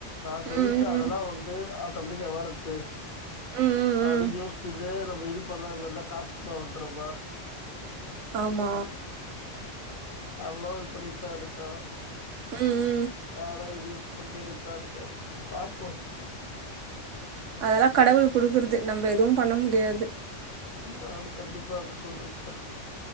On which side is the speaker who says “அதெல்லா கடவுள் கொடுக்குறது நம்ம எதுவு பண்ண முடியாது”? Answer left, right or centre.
Right